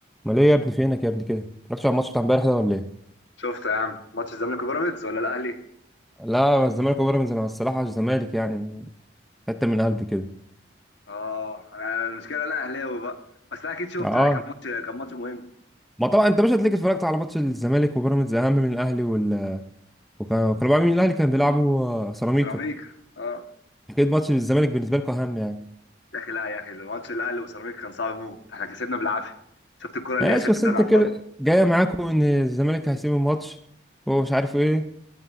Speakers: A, in the centre; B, on the left.
A: امال ايه يا ابني فينك يا ابني كده مالكش على الماتش بتاع امبارح ده ولا ايه
B: شفت يا عم ماتش الزمالك وبيراميدز ولا الاهلي
A: لا الزمالك وبيراميدز انا الصراحه الزمالك يعني حته من قلبي كده
B: اه انا المشكله انا اهلاوي بقى بس انا اكيد شفت
A: اه
B: يعني كان ماتش كان ماتش مهم
A: ما طبعا انت مش هتلاقيك اتفرجت على ماتش الزمالك وبيراميدز اهم من الاهلي وال... وكانوا كانوا بيلعبوا مين الاهلي كان بيلعبوا آه، سيراميكا
B: سيراميكا اه
A: اكيد ماتش الزمالك بالنسبه لكم اهم يعني
B: يا اخي لا يا اخي الماتش الاهلي وسيراميكا كان صعب موت احنا كسبنا بالعافيه شفت الكره اللي
A: ماشي
B: ياسر
A: بس انت
B: شاهد على
A: كده
B: الخط
A: جايه معاكم ان الزمالك هيسيب الماتش ومش عارف ايه